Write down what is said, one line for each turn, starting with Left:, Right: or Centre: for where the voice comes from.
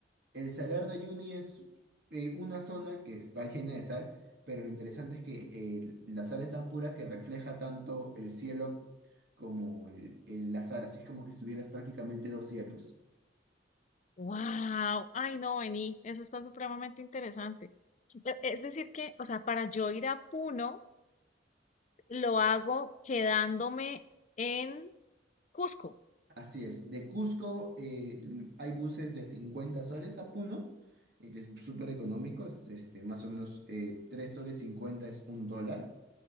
Right: el Salar de Uyuni es eh, una zona que está llena de sal, pero lo interesante es que eh, la sal es tan pura que refleja tanto el cielo como el, el- la sal, así es como que estuvieras prácticamente dos cielos.
Left: Wow, ay no, vení, eso está supremamente interesante. E- Es decir que, o sea, para yo ir a Puno, lo hago quedándome en Cusco.
Right: Así es, de Cusco eh, l- hay buses de 50 soles a Puno, eh, que es súper económico, es, este, más o menos eh, 3 soles 50 es un dólar.